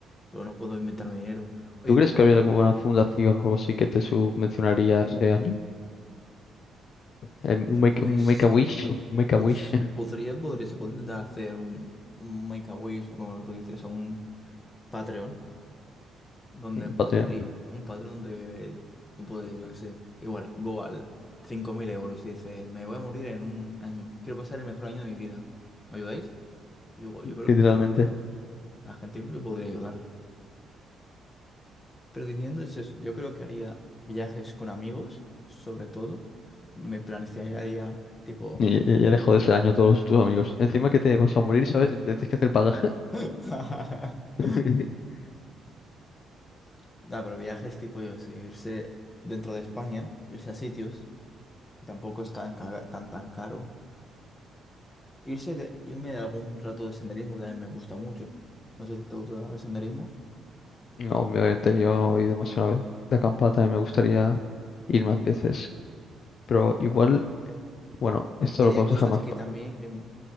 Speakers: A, on the left; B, on the left.
A: Pero no puedo inventarme dinero. O
B: ¿Tú
A: igual,
B: crees que habría alguna fundación o algo así que te subvencionaría ese año? Em, Un
A: pues,
B: make, un make a wish, un make
A: pues
B: a wish, <laughs>
A: podría, podría, se puede intentar hacer un, un Make-A-Wish, o como tú dices, o un Patreon, donde
B: un
A: podría,
B: Patreon,
A: un Patreon de, tú podrías, yo qué sé, igual, go al 5.000 euros y dices, me voy a morir en un año, quiero pasar el mejor año de mi vida. ¿Me ayudáis? Y Yo, yo creo
B: literalmente.
A: que incluso la, A gente incluso podría ayudar. Pero diciendo eso, es- yo creo que haría viajes con amigos, sobre todo. Me plantearía tipo...
B: Y, y y dejo de ese año a todos tus amigos. Encima que te vas a morir, ¿sabes? Te Tienes que hacer paga.
A: <laughs>
B: <laughs>
A: No, pero viajes tipo, yo qué sé, irse dentro de España, irse a sitios, que tampoco es tan, ca- tan, tan caro. Irse de, irme de algún rato de senderismo, que también me gusta mucho. No sé si te gusta el senderismo.
B: No, obviamente yo he ido más de una vez de acampada, también me gustaría ir más veces. Pero igual, bueno, esto
A: Y
B: lo
A: haría
B: podemos
A: cosas
B: dejar más
A: que
B: para...
A: también, que m-